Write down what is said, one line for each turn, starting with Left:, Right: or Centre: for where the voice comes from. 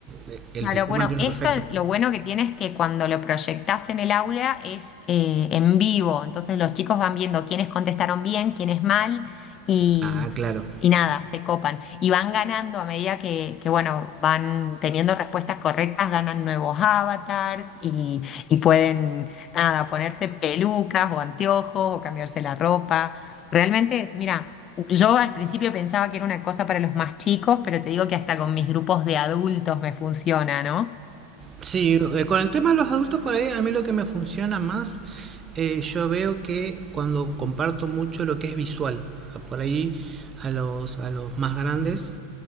Right: eh, el
Left: Claro,
Right: sistema
Left: bueno,
Right: lo entiendo
Left: esto
Right: perfecto.
Left: lo bueno que tiene es que cuando lo proyectás en el aula es eh, en vivo, entonces los chicos van viendo quiénes contestaron bien, quiénes mal y,
Right: Ah, claro.
Left: y nada, se copan. Y van ganando a medida que, que, bueno, van teniendo respuestas correctas, ganan nuevos avatars y, y pueden, nada, ponerse pelucas o anteojos o cambiarse la ropa. Realmente es, mira. Yo al principio pensaba que era una cosa para los más chicos, pero te digo que hasta con mis grupos de adultos me funciona, ¿no?
Right: Sí, eh, con el tema de los adultos por ahí, a mí lo que me funciona más, eh, yo veo que cuando comparto mucho lo que es visual, a- por ahí a los, a los más grandes,